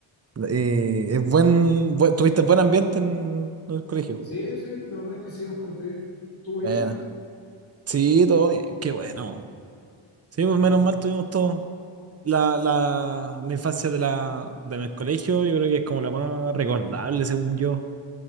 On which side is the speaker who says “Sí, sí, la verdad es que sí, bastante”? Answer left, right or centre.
Left